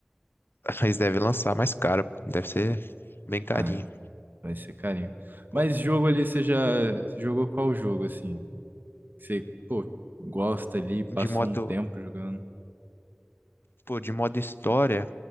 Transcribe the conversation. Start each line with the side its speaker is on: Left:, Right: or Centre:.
Left: <laughs> eles devem lançar mais caro. pô. Deve ser bem carinho.
Right: Ah, vai ser carinho.
Left: Pô,
Right: Mas jogo ali, você já jogou qual jogo, assim? Você, pô, gosta ali, passou
Left: de modo,
Right: um tempo jogando.
Left: pô, de modo história